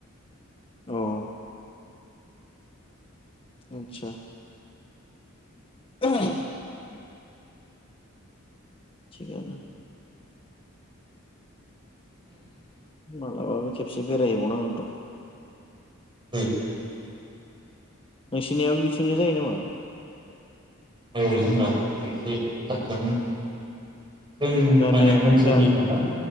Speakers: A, on the left (about 25°); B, on the right (about 25°).
A: औ आतसा <unintelligible> थिगानो मालाबाबो खेबसे बेरायहैबावनांगोन र'।
B: बै
A: नोंसिनियाबो बिथिंनो जायो नामा।
B: औ जोंनाबो एसे खाथियानो। जों
A: गामिया
B: माने ओनसोलनि
A: गामि
B: नालाय।